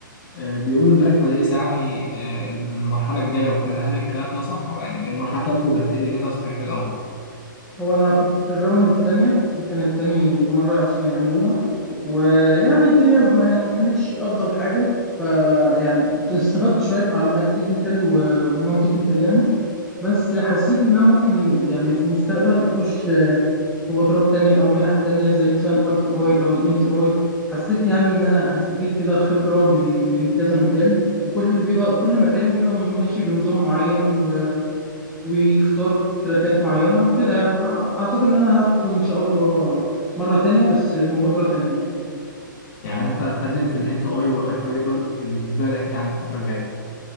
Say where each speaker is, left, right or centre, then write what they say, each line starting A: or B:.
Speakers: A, on the left; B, in the centre.
A: آه بيقولوا انها كويسه يعني آه المرحله الجايه وكده هل الكلام ده صح يعني المرحله بتاعتكم كانت ايه دنيتها صحيح الاول
B: هو أنا كنت في الراوند التانية دي كانت تاني مرة أصلا يعملوها ويعني الدنيا ما ما كانتش أفضل حاجة فيعني استفدت شوية معلومات تكنيكال ونون تكنيكال يعني بس حسيت إن أنا ممكن يعني في المستقبل أخش آه، مبادرات تانية أو منح تانية زي مثلا أي سي أي أو الإن تي أي حسيت يعني إن أنا هستفيد كده خبرة من من كذا مكان وكل بيبقى كل مكان بيبقى ماشي بنظام معين و- ويختار تراكات معينة وكده يعني فأعتقد إن أنا هدخل إن شاء الله مرة تانية بس مبادرة تانية يعني.
A: يعني انت هتقدم في الانت اي والاي تو اي دول اللي في بالك يعني الفتره الجايه